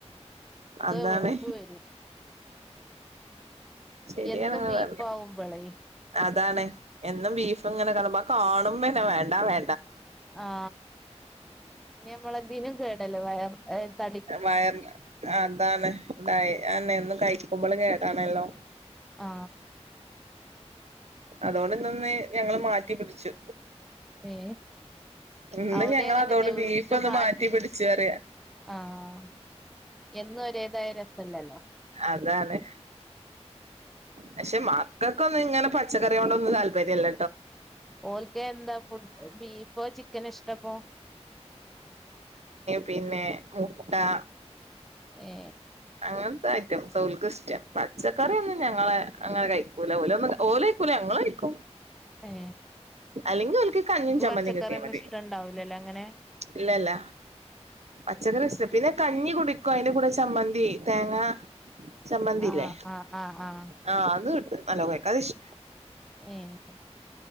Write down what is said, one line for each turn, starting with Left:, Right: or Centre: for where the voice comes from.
Right: അന്നാണ്
Centre: വെറുപ്പ് വരും
Right: ശരിയാണ്ങ്ങള്
Centre: എന്നും ബീഫാവുമ്പളേ
Right: പറഞ്ഞ അതാണ് എന്നും ബീഫ്ങ്ങനെ കാണുമ്പോ കാണുമ്പെന്നെ വേണ്ട വേ
Centre: ആ പിന്നമ്മളെതിനും കേടല്ലേ വയർ ആ തടി
Right: വയർ അതാണ് ഇതായി ആണെന്നും കഴിക്കുമ്പള് കേടാണല്ലോ
Centre: ആ
Right: അതോണ്ട്ന്നൊന്ന് ഞങ്ങള് മാറ്റിപ്പിടിച്ചു
Centre: ഏ
Right: ഇന്ന്
Centre: അവിടെ
Right: ഞങ്ങളതോണ്ട്
Centre: അങ്ങനെന്നെ
Right: ബീഫൊന്ന്
Centre: വീട്ടിലും മാറ്റി
Right: മാറ്റിപ്പിടിച്ചുഅറിയാ
Centre: ആ എന്നും ഒരേതായ രസല്ലല്ലോ
Right: അതാണ് പക്ഷേ മക്കക്കൊന്നുങ്ങനെ പ ച്ചക്കറിയൊണ്ടൊന്നും താല്പര്യല്ല
Centre: ഓൽകെന്താ ഫുഡ് ബീഫോ ചിക്കനാ ഇഷ്ട്ടപ്പോ
Right: പിന്നേ മുട്ടാ
Centre: ഏ
Right: അങ്ങൻത്തെ ഐറ്റംസാ ഒൽക്കിഷ്ട്ടം പച്ചക്കറിയൊന്നും ഞങ്ങളെ അങ്ങനെ കഴിക്കൂല ഓലൊന്നും ഓല് കഴിക്കൂല ഞങ്ങള് കഴിക്കും
Centre: ഏ
Right: അല്ലെങ്കി ഓൽക്ക് കഞ്ഞി ചമ്മന്തിം
Centre: പച്ചക്കറിയൊന്നും
Right: കിട്ടിയാമതി
Centre: ഇഷ്ടണ്ടാവൂലല്ലോ അങ്ങനെ
Right: ഇല്ലല്ല പച്ചക്കറിഷ്ട്ട പിന്നെകഞ്ഞി കുടികുടിക്കും അയിൻ്റെ കൂടെ ചമ്മന്തി ഇ തേങ്ങാ ചമ്മന്തില്ലേ
Centre: ആഹ് ആഹ് ആഹ് ആഹ്
Right: ആ അത്ക് <unintelligible> ഇഷ്
Centre: ങ്ങേ